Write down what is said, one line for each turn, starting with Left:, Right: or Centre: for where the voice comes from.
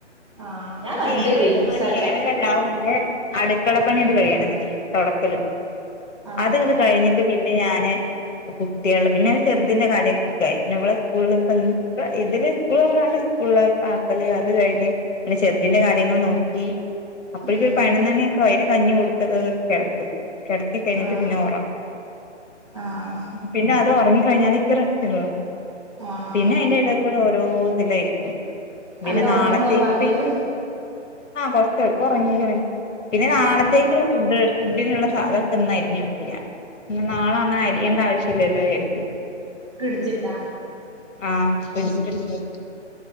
Right: ആഹ് ഞാൻ
Left: പിന്നെ
Right: കണ്ട്
Left: ഏഴ്
Right: റീൽസൊക്കെ
Left: മണി ഏഴെ രാവും ഇന്റെ അട്ക്കളപ്പണ്യാണ്ട് കഴിയണംന്ന്ണ്ടെങ്കില് തൊടക്കലും
Right: ആഹ്
Left: അത്ങ്ങട്ട് കഴിഞ്ഞി ട്ട് പിന്നെ ഞാന് കുട്ട്യേള് പിന്നെ ചെർതിന്റെ കാര്യം <unintelligible> പിന്നെ ഇവളെ സ്കൂൾലും <unintelligible> പ്പ ഇതിന് സ്കൂളാെർന്നാണ്ട് സ്കൂളിലേക്കാക്കണ്ടെ അത് കഴിഞ്ഞ് പിന്നെ ചെർതിന്റെ കാര്യങ്ങള് നോക്കി അപ്പഴേക്കൊര്
Right: ഉം
Left: പയ്നൊന്നണ്യൊക്കാവും അയ്ന് കഞ്ഞി കൊട്ത്ത് കെടെത്തും കെടെത്തി കഴിഞ്ഞിട്ട്
Right: ആഹ്
Left: പിന്നെ ഒറ
Right: ആഹ്
Left: പിന്നെ അത് ഒറെങ്ങിക്കഴിഞ്ഞാലെ ഇക്ക് റെസ്റ്റുള്ളു
Right: ആഹ്
Left: പിന്നെ അയ്ന്റെ എടേയ്ക്കൂടെ ഓരോ ഇതിലേയ്രിക്കും പിന്നെ
Right: നല്ല
Left: നാളത്തേക്ക്
Right: ഒറങ്ങുവോ പകല്
Left: ആഹ് കൊർച്ച് ഇപ്പാെർങ്ങീക്ക്ണ് പിന്നെ നാളെത്തേക്ക്ള്ളെ
Right: ഏഹ്
Left: ഫുഡ്ഡ് ഫുഡ്ഡിന്ള്ള സാധനാെക്കെ ഇന്ന് അരിഞ്ഞ് വെക്കും ഞാൻ ന്നാ നാളെ അങ്ങെനെ അരിയെണ്ട ആവശ്യല്ലല്ലോ വിചാരിക്കും
Right: ഫ്രിഡ്ജ്ണ്ടാ
Left: ആഹ് ഫ്രിഡ്ജില് ട്ത്ത് വെക്കും